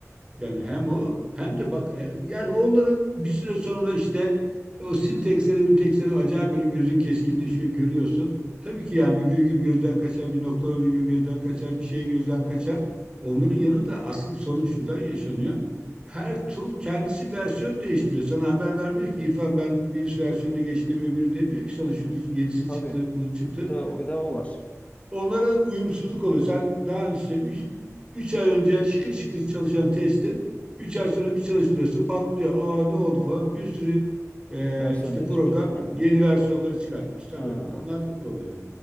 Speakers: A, on the right; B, on the left.
A: yani hem o hem de bak e, yani onların bir süre sonra işte o sinteksleri minteksleri acayip böyle gözün keskinleşiyor görüyorsun. Tabii ki yani bir virgül gözden kaçar, bir nokta virgül gözden kaçar, bir şey gözden kaçar. Onların yanında asıl sorun şuradan yaşanıyor. Her tool kendisi versiyon değiştiriyor. Sana haber vermiyor ki İrfan ben bir versiyonu geçtim öbürü demiyor ki sana şunu yenisi
B: Tabii.
A: çıktı bu çıktı.
B: Bir de bir de o var.
A: Onlara uyumsuzluk oluyor. Sen daha önce işte üç üç ay önce şıkır şıkır çalışan testi 3 ay sonra bir çalıştırıyorsun patlıyor. Aa ne oldu falan bir sürü e,
B: Versiyon
A: işte
B: değişmiş.
A: program
B: <laughs>
A: yeni versiyonları çıkartmış tabii.
B: Ha.
A: Onlardan da oluyor.